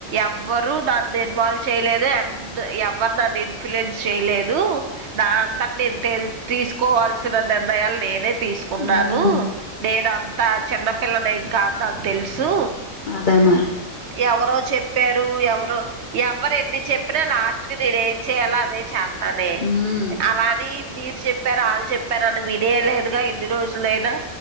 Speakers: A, on the right (about 65°); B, on the left (about 60°).
A: ఎవ్వరు నాన్ ఇన్వాల్వ్ చెయ్ లేదే అన్ ద్ ఎవర్ నన్ను ఇన్ఫ్లుయన్స్ చేయ్లేదు. నా అంతట్ నేను తీసుకోవాల్సిన నేర్ణయాలు నేనే తీసుకున్నాను.
B: ఉమ్
A: నేనప్ అంత చిన్నపిల్లనేంకాదు నాక్ తెలుసు.
B: అదే మరి
A: ఎవరో చెప్పారు, ఎవరో ఎవ్వరు ఎన్ని చెప్పినా. లాస్ట్ కి నేను ఏం చెయ్యాలో అదే చే స్తానే
B: ఉమ్
A: అలాని మీరు చెప్పారు, అళ్ళు చెప్ ప్పారని వినేయ్లేదుగా, ఇన్ని రోజులైనా.